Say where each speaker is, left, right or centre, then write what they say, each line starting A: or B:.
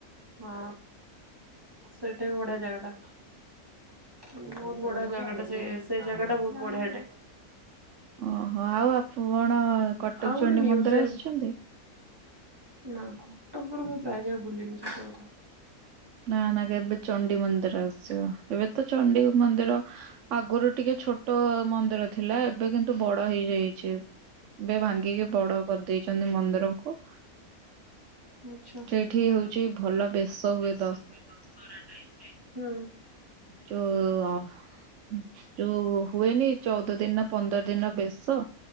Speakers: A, on the right; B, on the right.
A: ହଁ ସେଇଟା ବି ବଢିଆ ଜାଗା ଟା। ବୋହୁତ ବଢିଆ ଜାଗା ଟା ସେ ସେଇ ଜାଗା ଟା ବହୁତ ବଢିଆଟେ।
B: ଓହୋ ଆଉ ଆପ ଅଣ କଟକ
A: ଆଉ
B: ଚଣ୍ଡୀ
A: ଗୋଟେ ମ୍ୟୁଜିୟମ
B: ମନ୍ଦିର ଆସିଚନ୍ତି?
A: ନା କଟକରୁ ମୁଁ ପ୍ରାୟ ଯାକ ବୁଲିିନି ସତ କଥା।
B: ନା ନା ଏବେ ଏବେ ଚଣ୍ଡି ମନ୍ଦିର ଆସିବ ଏବେ ତ ଚଣ୍ଡୀ ମନ୍ଦିର ଆଗୁରୁ ଟିକେ ଛୋଟ ମନ୍ଦିର ଥିଲା ଏବେ କିନ୍ତୁ ବଡ ହେଇଯାଇ ଚି ଏବେ ଭାଙ୍ଗିକି ବଡ଼ କରିଦେଇଛନ୍ତି ମନ୍ଦିରକୁ।
A: ଆଚ୍ଛା
B: ସେଇଠି ହଉଚି ଭଲ ବେଶ ହୁଏ।
A: ଦଶହରା ଟାଇମ୍ ରେ। <inaudible>
B: ଚୋ ଅଁ ଯୋଉ ହୁଏନି ଚଉଦ ଦିନି ନା ପନ୍ଦର ଦିନ ବେଶ